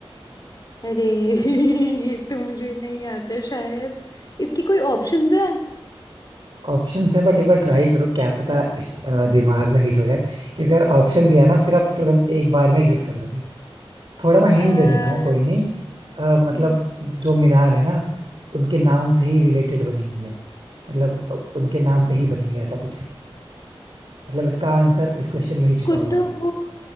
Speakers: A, on the left; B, on the right.
A: अरे <laughs> ये तो मुझे नहीं आता शायद इसकी कोई ऑप्शंस है
B: ऑप्शंस है बट एक बार ट्राई करो क्या पता इस- अ, दिमाग में हिट हो जाए क्योंकि अगर ऑप्शन दिया ना फिर आप तुरंत एक बार में गेस कर लोगे थोड़ा मैं हिंट
A: अ,
B: दे देता हूँ कोई नहीं अ, मतलब
A: हम्म,
B: जो मीनार है ना उनके नाम से ही रिलेटेड बनी हुई है मतलब अ, उनके नाम पे ही बनी हुई है ऐसा कुछ है मतलब इसका आंसर इस क्वेश्चन में ही छुपा
A: कुतुब
B: हुआ है